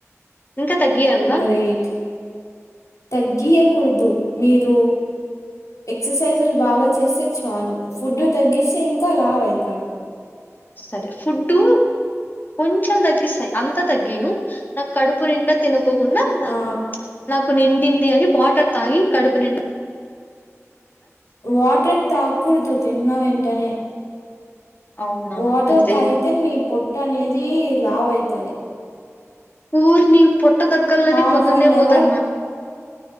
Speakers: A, on the left; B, on the left.
A: ఇంకా తగ్గియాలా
B: గ్రేట్ తగ్గియకు మీరు ఎక్సర్సైజ్లు బాగా చేస్తే చాలు ఫుడ్ తగ్గిస్తే ఇంకా లావయితారు
A: సరే ఫుడ్డు కొంచం తగ్గిస్తాయి అంత తగ్గిను నా కడుపు నిండా తినకో నాకు
B: ఆ
A: నాకు డు నిండింది అది వాటర్ తాగి కడుపు నిం
B: వాటర్ తాకూడదు తిన్న వెంటనే
A: అవునా
B: వాటర్
A: అయితే
B: తాయితే
A: ఇంక
B: మీ పొట్ట అనేది తి అయిత అది
A: ఊరుని పొట్ట దగ్గర్లోనే
B: హాఫ్
A: పొద్దున్నే
B: అన్
A: పోతానా
B: అవర్